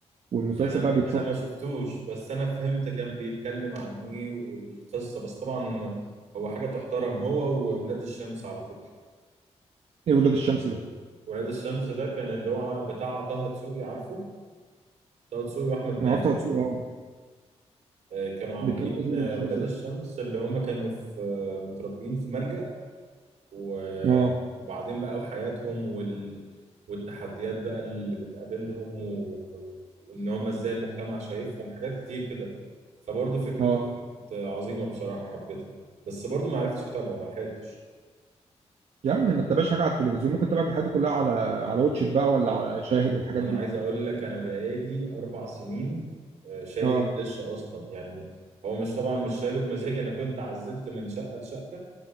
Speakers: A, on the right (about 65°); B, on the right (about 80°).
A: والمسلسل
B: انا ما
A: بقى بيتصدر
B: انا ما شفتوش بس انا فهمت كان بيتكلم عن ايه والقصه بس طبعا هو حاجه تحترم هو وولاد الشمس على فكره
A: ايه ولاد الشمس ده
B: ولاد الشمس ده كان اللي هو بتاع طه دسوقي عارفه طه دسوقي واحمد مالك
A: انا عرفت هو اه
B: آه، كانوا عاملين
A: بيتكلم ايه ولاد
B: آه،
A: الشمس
B: ولاد
A: ده
B: الشمس اللي هم كانوا في آه، متربين في ملجأ و-
A: اه
B: وبعدين بقى وحياتهم وال... والتحديات بقى اللي بتقابلهم وال... وان هم ازاي المجتمع شايفهم حاجات كتير كده فبرضه فكرته
A: اه
B: كانت عظيمة بصراحة حبيتها بس برضه ما عرفتش اتابعه ما لحقتش
A: يا عم ما تتابعش حاجه على التلفزيون ممكن تتابع الحاجات دي كلها على على واتشت بقى ولا على شاهد والحاجات
B: انا
A: دي
B: عايز اقول لك انا بقالي اربع سنين آه، شايل
A: اه
B: الدش اصلا يعني هو مش طبعا مش شايله بمزاجي انا كنت عزلت من شقه لشقه